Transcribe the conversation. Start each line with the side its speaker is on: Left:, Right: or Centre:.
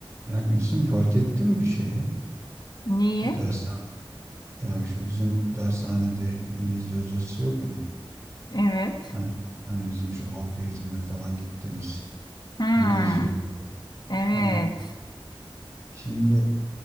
Right: Ya Gülsüm fark ettin mi şeyi?
Left: Niye?
Right: Bu dershane, ya şu bizim dershanede İngilizce hocası yok mu?
Left: Evet.
Right: Hani, hani bizim şu halk eğitimi falan gittiğimiz
Left: Hmm,
Right: İngilizce hocası.
Left: evet.
Right: Ha. Şimdi